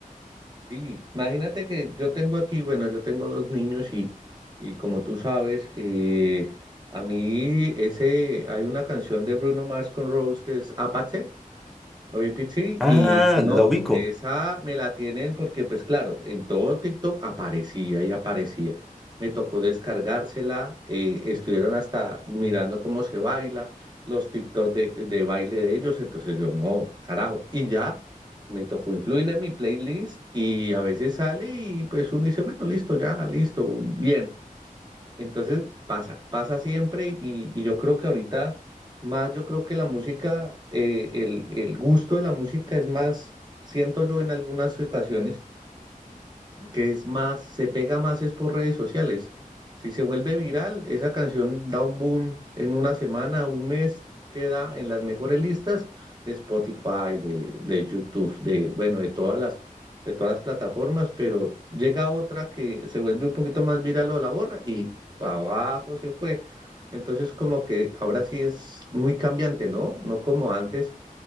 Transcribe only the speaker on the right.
Sí, imagínate que yo tengo aquí, bueno, yo tengo dos niños y, y como tú sabes, eh, a mí ese, hay una canción de Bruno Mars con Rose que es Apache. Oye, Pichi,
y no,
esa me la tienen porque, pues claro, en todo TikTok aparecía y aparecía. Me tocó descargársela, eh, estuvieron hasta mirando cómo se baila, los TikTok de, de baile de ellos, entonces yo, no, carajo, y ya me tocó incluirla en mi playlist y a veces sale y pues uno dice, bueno, listo, ya, listo, bien. Entonces pasa, pasa siempre y, y yo creo que ahorita más, yo creo que la música, eh, el, el gusto de la música es más, siento yo en algunas ocasiones, que es más, se pega más es por redes sociales. Si se vuelve viral, esa canción da un boom en una semana, un mes, queda en las mejores listas de Spotify, de, de YouTube, de, bueno, de todas las, de todas las plataformas, pero llega otra que se vuelve un poquito más viral o la borra y para abajo se fue. Entonces como que ahora sí es muy cambiante, ¿no? No como antes